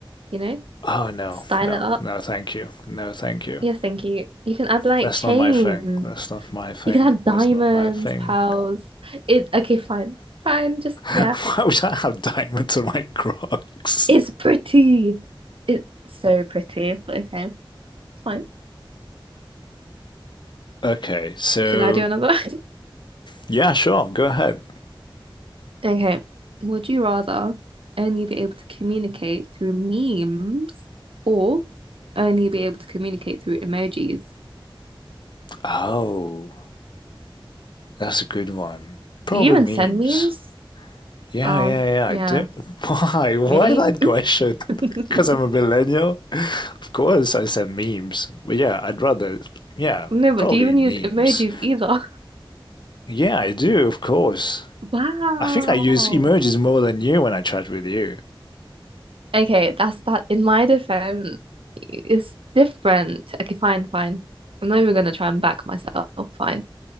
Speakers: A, on the right; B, on the left.
A: you know?
B: Oh no,
A: Style
B: no,
A: it up.
B: no, thank you, no, thank you.
A: Yeah, thank you. You can add like
B: That's
A: chains.
B: not my thing. That's not my thing.
A: You can add diamonds,
B: That's not my thing.
A: pearls. It okay, fine. Fine, just yeah.
B: <laughs> Why
A: <laughs>
B: would I have diamonds on my Crocs?
A: It's pretty. It's so pretty, but okay, fine.
B: Okay, so
A: Should I do another? <laughs>
B: yeah, sure, go ahead.
A: Okay. Would you rather only be able to communicate through memes or only be able to communicate through emojis?
B: Oh, that's a good one. Probably
A: Do you even
B: memes.
A: send memes?
B: Yeah,
A: Oh,
B: yeah, yeah. I
A: yeah.
B: do. <laughs> Why? Why
A: Really?
B: that question?
A: <laughs>
B: Because <laughs> I'm a millennial. <laughs> Of course, I said memes. But yeah, I'd rather. Yeah,
A: No, but
B: probably
A: do you even
B: memes.
A: use emojis either? <laughs>
B: Yeah, I do. Of course.
A: Wow.
B: I think I use emojis more than you when I chat with you.
A: Okay, that's that. In my defense, it's different. Okay, fine, fine. I'm not even gonna try and back myself. Fine.